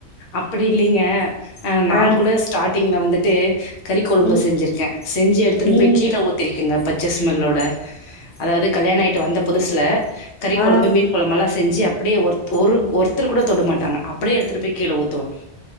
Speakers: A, on the left; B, on the left.
A: அப்படி இல்லிங்க அ நான்
B: ஆ
A: கூட ஸ்டார்ட்டிங்ல வந்துட்டு கறி கொழம்பு
B: ம்
A: செஞ்சிருக்கே செஞ்சு எடுத்துட்டு
B: ம்
A: போய் கீழ ஊத் திருக்கேங்க பச்ச ஸ்மெல்லோட அதாது கல்யாண ஆய்ட்டு வந்த புதுஸ்ல கறி
B: ஆ
A: கொழம்பு மீன் கொழம்பெல்லா செஞ்சு அப்டியே ஒருத் ஒரு ஒருத்தர் கூட தொடு மாட்டாங்க அப்டியே எடுத்துட்டு போய் கீழ ஊத்துவே